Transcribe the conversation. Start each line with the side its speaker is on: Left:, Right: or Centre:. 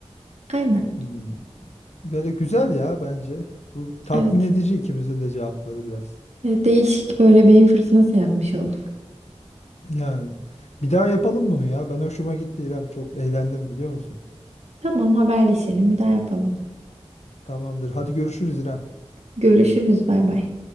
Right: Aynen
Left: Hmm. Böyle güzel ya bence. Bu tatmin
Right: evet
Left: edici ikimizin de cevapları biraz.
Right: E, değişik böyle beyin fırtınası yapmış olduk.
Left: Yani bir daha yapalım bunu ya. Ben hoşuma gitti İrem. Çok eğlendim biliyor musun?
Right: Tamam haberleşelim bir daha yapalım.
Left: Tamamdır. Hadi görüşürüz İrem.
Right: Görüşürüz bay bay.